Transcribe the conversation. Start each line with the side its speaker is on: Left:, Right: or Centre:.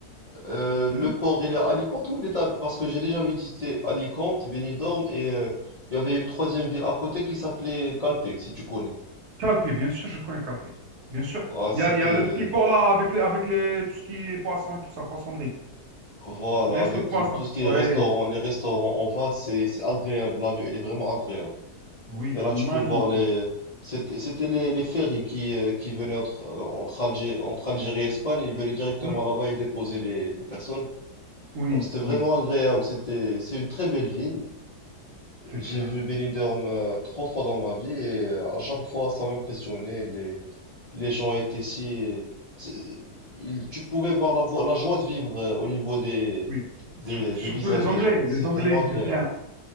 Left: Euh, le
Right: Mhm.
Left: port, il est à Alicante ou il est à- Parce que j'ai déjà visité Alicante, Benidorm et euh, il y avait une troisième ville à côté qui s'appelait Calpe, si tu connais.
Right: Calpé, bien sûr, je connais Calpé. Bien sûr.
Left: Ah, c'était
Right: Il y a, il y a le petit port là avec les, avec les, tout ce qui est poisson et tout ça, poissonnerie.
Left: Voilà,
Right: Les restos
Left: avec
Right: de poisson.
Left: le- tout ce qui
Right: Oui.
Left: est restaurant, les restaurants en face, c'est c'est agréable. La vue, elle est vraiment agréable.
Right: Oui,
Left: Et là,
Right: magnifique.
Left: tu peux voir les. C'était c'était les, les ferries qui, euh, qui venaient entre, euh, entre, Algé- entre Algérie et Espagne. Ils venaient directement
Right: Oui,
Left: là-bas et déposaient les, les personnes.
Right: oui,
Left: Donc, c'était vraiment
Right: oui,
Left: agréable. C'était, c'est une très belle ville.
Right: c'est
Left: J'ai
Right: clair.
Left: vu Benidorm euh, trois fois dans ma vie et euh, à chaque
Right: Ok.
Left: fois, ça m'impressionnait. Les gens étaient si... c'est- ils- tu pouvais voir la, voie- la joie de vivre euh, au niveau des,
Right: Oui.
Left: des,
Right: Sur- surtout
Left: des visages
Right: les
Left: des
Right: Anglais.
Left: gens. C'est
Right: Les Anglais
Left: vraiment
Right: ils
Left: agréable.
Right: vivent bien.